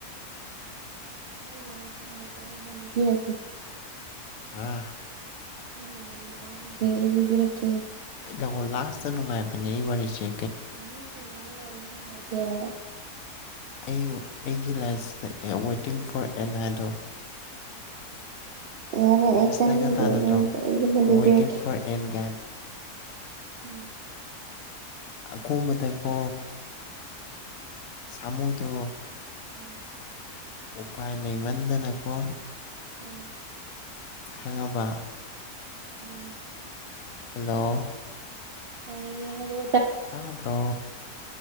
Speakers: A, on the right; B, on the left.
A: ꯅꯪ ꯋꯥꯅꯨꯡꯉꯥꯏꯦ ꯃꯤꯔꯛꯇꯦ
B: ꯑꯥ
A: ꯪꯪ ꯇꯅꯤꯗ꯭ꯔꯦ ꯏꯂꯕꯤꯔꯛꯀꯦ
B: ꯑꯦ ꯂꯣ ꯂꯥꯁꯇ ꯅꯨꯡꯉꯥꯏ ꯄꯅꯦ ꯏ ꯋꯥꯔꯤ ꯆ
A: ꯑ ꯆꯦꯃꯤꯣꯏꯅꯨꯡꯉꯥꯏꯇꯦꯕ
B: ꯑꯩ ꯑꯩꯒꯤ ꯂꯥꯏꯐꯁꯤꯗ ꯋꯦꯇꯤꯡ ꯐꯣꯔ ꯑꯦꯅꯥꯗꯣ
A: ꯌꯥꯔꯦ
B: ꯔꯤꯜꯁꯇꯒ
A: ꯑꯩ ꯇꯥꯅꯤꯡꯗꯦ
B: ꯊꯅꯗꯣ
A: ꯅꯪꯒꯤꯗꯣ ꯑꯩ ꯑꯃ ꯂꯤꯕꯤꯔꯛꯀꯦ
B: ꯋꯦꯇ ꯐꯣꯔ ꯑꯦꯟꯒꯥꯏꯗ
A: ꯎꯝ
B: ꯑ ꯀꯨꯝꯕꯇꯦꯀꯣ ꯁꯃꯨꯗ
A: ꯎꯝ
B: ꯎꯄꯥꯏ ꯂꯩꯃꯟꯗꯅꯀꯣ
A: ꯑꯥ
B: ꯈꯪꯉꯕ
A: ꯎꯝ
B: ꯍꯜꯂꯣ
A: ꯄꯥꯏ ꯍ ꯔꯣ
B: ꯑꯗ꯭ꯔꯣ